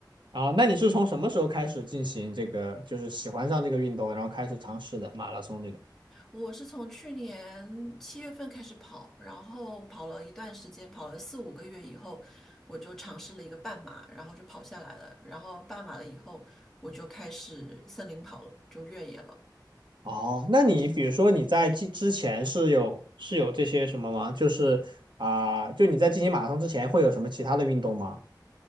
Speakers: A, on the right; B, in the centre.
A: 啊，那你是从什么时候开始进行这个，就是喜欢上这个运动，然后开始尝试的马拉松这个？
B: 我是从去年七月份开始跑，然后跑了一段时间，跑了四五个月以后，我就尝试了一个半马，然后就跑下来了。然后半马了以后，我就开始森林跑了，就越野了。
A: 哦，那你比如说你在之之前是有是有这些什么吗？就是啊、就你在进行马拉松之前会有什么其他的运动吗？